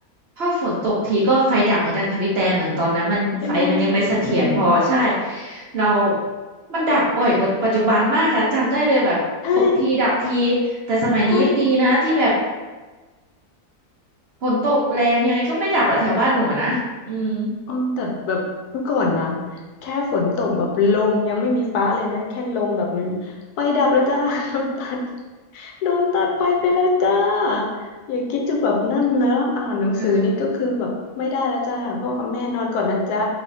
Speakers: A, on the right; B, on the left.
A: พอฝนตกทีก็ไฟดับเหมือนกันค่ะพี่แต่เหมือนตอนนั้นมันไฟมันยังไม่เสถียรพอใช่
B: <laughs> ใช่ไหมอืม
A: เรามันดับบ่อยกว่าปัจจุบันมากอะจำได้เลยแบบตกทีดับที
B: ใช่
A: แต่สมัยนี้ยังดีนะที่แบบ
B: ใช่
A: ฝนตกแรงยังไงก็ไม่ดับอะแถวบ้านหนูอะนะอืม
B: เออแต่แบบเมื่อก่อนนะแค่ฝนตกแบบลมยังไม่มีฟ้าเลยนะแค่ลมแบบนี้ไฟดับแล้วจ้า <laughs> โดนตัดโดนตัดไฟไปแล้วจ้าอย่าคิดจะแบบนั่นนะอ่านหนังสือนี่ก็คือแบบไม่ได้แล้วจ้าพ่อกับแม่นอนก่อนนะจ้า
A: เออ